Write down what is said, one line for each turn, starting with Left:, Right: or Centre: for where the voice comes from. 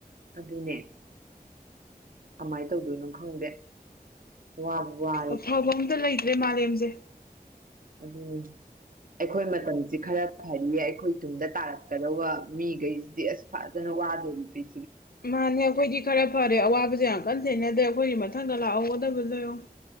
Right: ꯑꯗꯨꯅꯦ ꯀꯃꯥꯏ ꯇꯧꯗꯨꯏꯅꯣ ꯈꯪꯗꯦ ꯋꯥꯕ ꯋꯥ
Left: ꯑꯐꯕ ꯑꯝꯇ ꯂꯩꯇ꯭ꯔꯦ ꯃꯥꯂꯦꯝꯖꯦ
Right: ꯑꯗꯨꯅꯦ ꯑꯩꯈꯣꯏ ꯃꯇꯝꯖꯤ ꯈꯔ ꯐꯅꯤ ꯑꯩꯈꯣꯏ ꯇꯨꯡꯗ ꯇꯥꯔꯛꯀꯗꯧꯕ ꯃꯤꯒꯩꯖꯤꯗꯤ ꯑꯁ ꯐꯖꯅ ꯋꯥꯗꯧꯔꯤ ꯅꯨꯄꯤ
Left: ꯃꯥꯅꯦ ꯑꯩꯈꯣꯏꯗꯤ ꯈꯔ ꯐꯔꯦ ꯑꯋꯥꯕꯖꯦ ꯌꯥꯝ ꯀꯟ ꯊꯦꯡꯅꯗ꯭ꯔꯦ ꯑꯩꯈꯣꯏꯒꯤ ꯃꯊꯪꯗ ꯂꯥꯛꯍꯧꯒꯗꯕ ꯌꯦꯡꯉꯣ